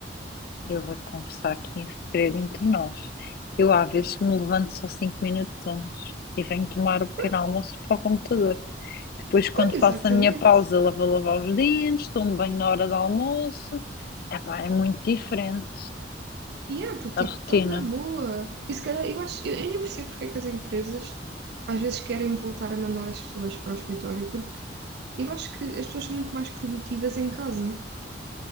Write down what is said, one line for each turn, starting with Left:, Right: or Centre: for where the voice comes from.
Left: Eu vou-te confessar aqui em segredo entre nós. Eu, às vezes, me levanto só cinco minutos antes e venho tomar o pequeno
Right: Pois,
Left: almoço para o computador. Depois, quando
Right: pois, exatamente.
Left: faço a minha pausa, lá vou lavar os dentes, tomo banho na hora do almoço. Epá, é muito diferente
Right: e é porque
Left: a rotina.
Right: tipo, estás na boa. E se calhar, eu acho, eu, eu nem percebo porque é que as empresas às vezes querem voltar a mandar as pessoas para o escritório, porque eu acho que as pessoas são muito mais produtivas em casa.